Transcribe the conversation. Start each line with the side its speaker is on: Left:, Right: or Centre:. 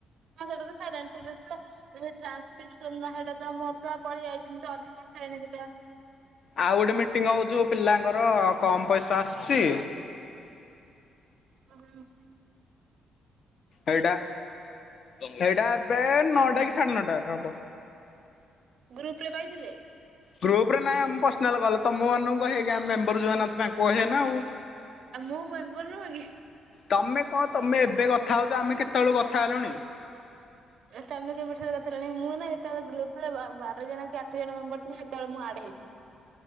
Right: ହଁ ସେଟା ତ ସଇଲାଣି ସେଇଟା ର ତ <unintelligible> ଟ୍ରାନକ୍ରିପସନ୍ ର ହେଇଟା ତ ମୋର ତ ପଳିଆଇଚି ମୁଁ ତ ଅଧା କରସାଇଲିଣି ସେଟା।
Left: ଆଉ ଗୋଟେ ମିଟିଙ୍ଗ ହବ ଯୋଉ ପିଲାଙ୍କର କମ୍ ପଇସା ଆସୁଚି।
Right: ହୁଁ।
Left: ହେଇଟା ହେଇଟା ଏବେ ନଅଟା କି ସାଢେ ନଅଟା ରେ ହବ।
Right: ଗ୍ରୁପ୍ ରେ କଇଥିଲେ?
Left: ଗ୍ରୁପ୍ ରେ ନାଇଁ ଆମ ପର୍ସନାଲ ଗଲେ ତମ ମାନଙ୍କୁ କହିବେକି ଆମ ମେମ୍ବର ଯୋଉମାନେ ଅଛି ତାଙ୍କୁ କହିବେ ନା ଆଉ।
Right: ଆଉ ମୁଁ ମେମ୍ବର ନୁହଁ କି?
Left: ତମେ କଣ ତମେ ଏବେ କଥା ହଉଚ ଆମେ କେତବେଳୁ କଥା ହେଲୁଣି?
Right: ତମେ କେବେଠାରୁ କଥାହେଲଣି ମୁଁ ନା ଯେତବେଳେ ଗ୍ରୁପରେ ବା-ବାର ଜଣ କି ଆଠ ଜଣ ମେମ୍ବର ଥିଲା ସେତବେଳେ ମୁଁ ଆଡ ହେଇଚି।